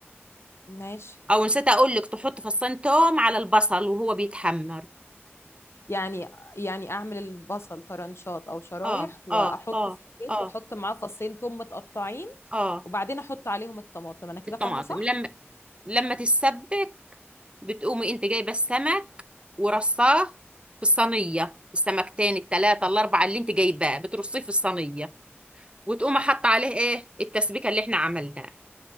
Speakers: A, on the left; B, on the right.
A: ماشي
B: او نسيت اقول لك تحط فصين توم على البصل وهو بيتحمر
A: يعني يعني اعمل البصل طرنشات او شرايح
B: اه
A: واحطه
B: اه اه
A: في الزيت
B: اه
A: واحط معاه فصين توم متقطعين
B: اه
A: وبعدين احط عليهم الطماطم انا كده
B: الطماطم
A: فاهمة صح
B: لما لما تتسبك بتقومي انت جايبه السمك ورصاه في الصينيه السمكتين التلاتة الاربعه اللي انت جايباه بترصيه في الصينيه وتقوم حاطه عليه ايه التسبيكه اللي احنا عملناها